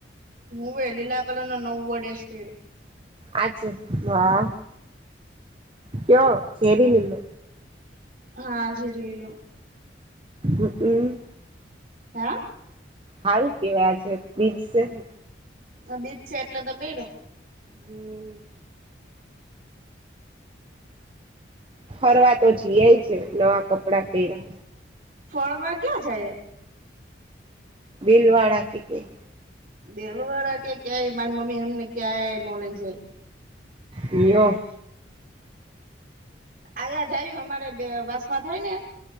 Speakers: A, on the right (about 50°); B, on the right (about 30°).
A: હવે એ લીલા કલર નો નવો ડ્રેસ પહેરો.
B: આ છે વાહ કયો જેેરી લીલો.
A: હા ઝેરી લીલો.
B: હમ.
A: હા.
B: હારું કેવાય આજે બીજ સે ને.
A: હા બીજ છે એટલે તો બઇરો.
B: હમ ફરવા તો જીઆઈ છે. નવા કપડા પેહરા.
A: ફરવા ક્યાં જાયે.
B: બિલવાળા કેકે.
A: દેલવાડા કે ક્યાય મારી મમ્મી અમને ક્યાંય નો લઈ જાય.
B: યો.
A: આયા જાયરુ અમારે બે વાસમાં થાય ને.